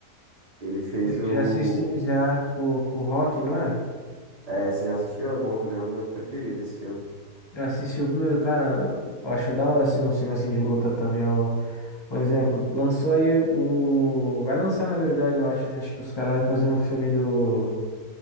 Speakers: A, on the right; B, on the left.
A: Ele fez o.
B: Já assisti já com com o Rock, não é?
A: É, você já assistiu? É bom também, é um dos meus preferidos esse filme.
B: Já assisti o primeiro, cara. Eu acho da hora, assim, um filme assim de luta também. Ó. Um exemplo, lançou aí o. Vai lançar, na verdade, eu acho, né? Acho que os caras vão fazer um filme do.